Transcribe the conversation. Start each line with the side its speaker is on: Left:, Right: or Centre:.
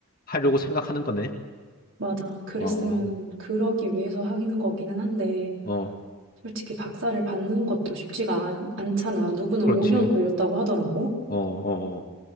Left: 하려고 생각하는 거네.
Right: 맞아. 그랬으면
Left: 어,
Right: 그러기 위해서 하기는 거기는 한데,
Left: 어, 어.
Right: 솔직히 박사를 받는 것도 쉽지가 않, 않잖아. 누구는
Left: 그렇지.
Right: 5년 걸렸다고 하더라고.
Left: 어, 어, 어,